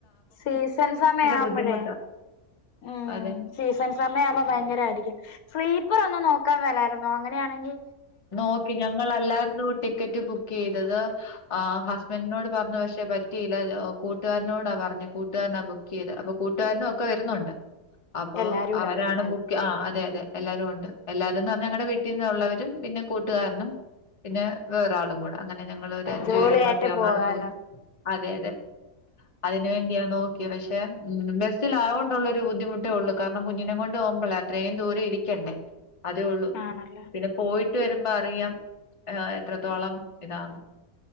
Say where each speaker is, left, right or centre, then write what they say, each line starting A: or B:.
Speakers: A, on the left (about 70°); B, on the left (about 25°).
A: സീസൺ സമയമാവുമ്പോഴേ.
B: ബുദ്ധിമുട്ടാ.
A: ഉം
B: അതെ
A: സീസൺ സമയമാകുമ്പോ ഭയങ്കരായിരിക്കും. <unintelligible> ഓരോന്ന് നോക്കാൻ മേലായിരുന്നോ, അങ്ങനെയാണെങ്കിൽ.
B: നോക്കി ഞങ്ങളല്ലായിരിന്നു ടിക്കറ്റ് ബുക്ക് ചെയ്തത് ആഹ് ഹസ്ബൻഡിനോട്. പറഞ്ഞു പക്ഷെ പറ്റിയില്ല കൂട്ടുകാരനോടാ പറഞ്ഞേ കൂട്ടുകാരനാ ബുക്ക് ചെയ്തെ, അപ്പൊ കൂട്ടുകാരനും ഒക്കെ വരുന്നുണ്ട്. അപ്പൊ
A: എല്ലാരും കൂടാ
B: അവരാണ്
A: വരുന്നല്ലേ
B: ബുക്ക് ആഹ് അതെ അതെ. എല്ലാരും ഒണ്ട് എല്ലാരുന്ന് പറഞ്ഞാ ഞങ്ങടെ വീട്ടിന്നുള്ളവരും. പിന്നെ കൂട്ടുകാരനും പിന്നെ വേറൊരാളും കൂടെ. അങ്ങനെ ഞങ്ങളൊരു അഞ്ചു
A: ജോളിയായിട്ട്
B: പേരും കൂടെ ചേർന്നാണ്
A: പോകാലോ
B: പോന്ന്, അതെ അതെ. അതിന് വേണ്ടിയ നോക്ക ക്കി പക്ഷേ ഉം ബസ്സിലായോണ്ടുള്ള ഒരു ബുദ്ധിമുട്ടയുള്ളൂ, കാരണം കുഞ്ഞിനെ കൊണ്ട് പോകുമ്പോള് അത്രയും ദൂരെ ഇരിക്കേ ണ്ടേ അതേയുള്ളൂ,
A: ആണല്ലേ
B: പിന്നെ പോയിട്ട് വരുമ്പോ അറിയാം എത്രത്തോളം. ഇതാണ്